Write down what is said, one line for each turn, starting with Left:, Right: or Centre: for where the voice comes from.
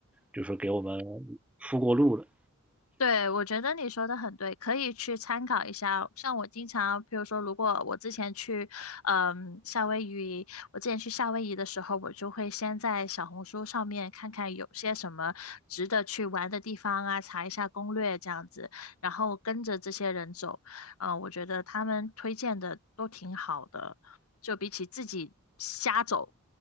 Centre: 就是给我们铺过路的。
Left: 对，我觉得你说的很对，可以去参考一下。像我经常，比如说，如果我之前去，嗯，夏威夷，我之前去夏威夷的时候，我就会先在小红书上面看看有些什么值得去玩的地方啊，查一下攻略这样子，然后跟着这些人走。嗯，我觉得他们推荐的都挺好的，就比起自己瞎走，